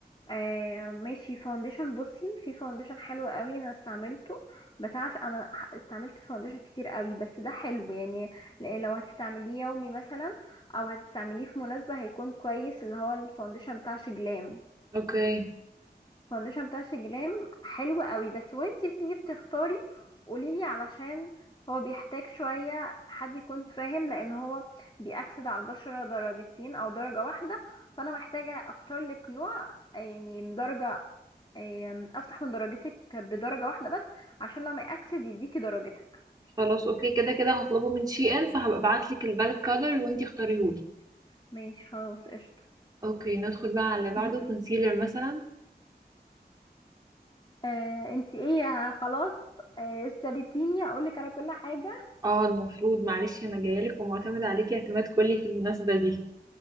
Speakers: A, on the left (about 25°); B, on the right (about 20°).
A: آه ماشي فاونديشن بصي في فاونديشن حلو قوي انا استعملته بتاع انا ح- استعملت فاونديشن كتير قوي بس ده حلو يعني ل- لو هتستعمليه يومي مثلا او هتستعمليه في مناسبة هيكون كويس اللي هو الفاونديشن بتاع شجلام
B: اوكي
A: فاونديشن بتاع شجلام حلو قوي بس وانتي بتيجي بتختاري قوليلي علشان هو بيحتاج شوية حد يكون فاهم لان هو بيأكسد على البشرة درجتين او درجة واحدة فانا محتاجة اختار لك نوع يعني من درجة أم، افتح من درجتك بدرجة واحدة بس عشان لما يأكسد يديكي درجتك
B: خلاص اوكي كده كده هطلبه من شي ان فهبقى ابعتلك البالت كولر وانتي اختاريهولي
A: ماشي خلاص قشطة
B: اوكي ندخل بقى على اللي بعده
A: <laughs>
B: كونسيلر مثلا
A: آه، انتي ايه خلاص آه، اشتريتيني اقولك على كل حاجة
B: اه المفروض معلش انا جايلك ومعتمد عليكي اعتماد كلي في المناسبة دي